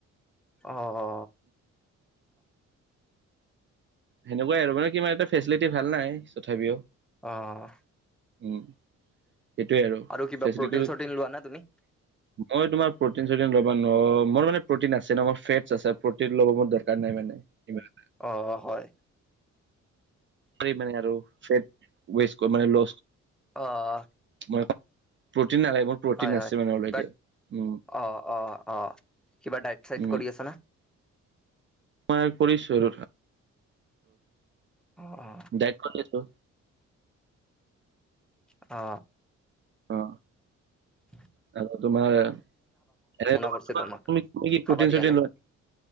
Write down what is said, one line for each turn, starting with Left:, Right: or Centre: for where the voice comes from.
Centre: অ অ।
Right: সেনেকুৱাই আৰু মানে কিবা এটা ফেচিলিটি ভাল নাই তথাপিও।
Centre: অ অ।
Right: উম সেইটোৱে আৰু
Centre: কিবা
Right: ফেচিলিটো।
Centre: প্ৰটিন
Right: মই
Centre: চটিন লোৱা না তুমি?
Right: তোমাৰ প্ৰটিন চটিন ল'বা নোৱাৰো মই মানে প্ৰটিন আছে ন ফেটচ আছে প্ৰটিন ল'ব মন যায়। কানে মানে। ইমান
Centre: অ' অ' হয়।
Right: পেই মানে আৰু চেপ উৱেচ কো মানে লুচ।
Centre: অ'--অ।
Right: মই ক প্ৰ'টিন নালাগে মোৰ। প্ৰটিন
Centre: হয় হয়
Right: আছে মানে অলৰেডি।
Centre: কিবা
Right: উম
Centre: অ' অ' অ' কিবা ডাইট চাইট
Right: উম
Centre: কৰি আছা না।
Right: মই কৰিছো আৰু।
Centre: অ অ।
Right: দাইট কতেছো।
Centre: অ।
Right: অ।
Centre: উ।
Right: তাৰ লগত তোমাৰ এনেটো‌
Centre: কৰিছে
Right: তোমাৰ
Centre: তোমাক?
Right: তুমি
Centre: খাবা
Right: প্ৰ'টিন
Centre: দিয়া
Right: চতিন
Centre: নাই?
Right: লোৱা।